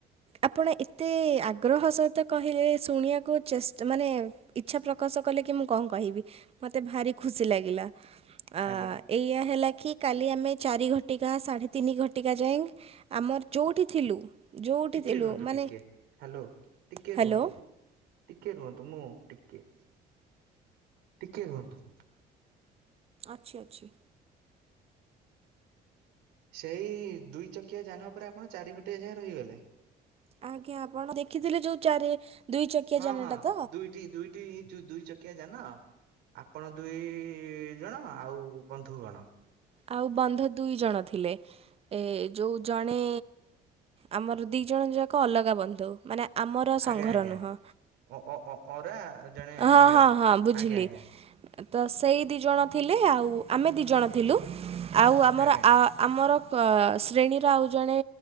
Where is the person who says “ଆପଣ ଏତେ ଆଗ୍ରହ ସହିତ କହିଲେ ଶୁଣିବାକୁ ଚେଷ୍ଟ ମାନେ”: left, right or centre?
Right